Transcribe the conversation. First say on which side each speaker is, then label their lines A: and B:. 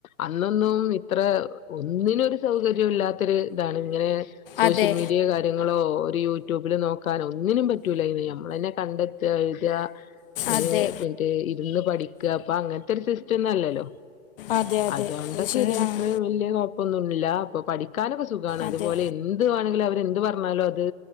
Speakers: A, on the left; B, on the left.
A: അന്നൊന്നും ഇത്ര ഒന്നിനും ഒരു സൗകര്യം ഇല്ലാത്തൊരു ഇതാണ്. ഇങ്ങനെ സോഷ്യൽ
B: അതെ
A: മീഡിയ കാ കാര്യങ്ങളോ ഒരു യൂട്യൂബില് നോക്കാനൊ ഒന്നിനും പറ്റൂല. അയ്നു നമ്മളെന്നെ കണ്ടെത്ത എഴുത. അത്
B: അതെ
A: മറ്റേ ഇരുന്ന് പഠിക്ക ഇപ്പൊ അങ്ങനത്തെ ഒരു സിസ്റ്റം ഒന്നല്ലല്ലോ.
B: അതെ അതെ അത്
A: അതൊണ്ടൊക്കെ
B: ശരിയാണ്
A: അത്രേ വല്യ കൊഴപ്പൊന്നുല്ല. അപ്പൊ പഠിക്കാനൊക്കെ സുഖാണ്.
B: അതെ
A: അതുപോലെ എന്ത് തു ആണെങ്കിൽ അവര് എന്ത് പറഞ്ഞാലു അത്.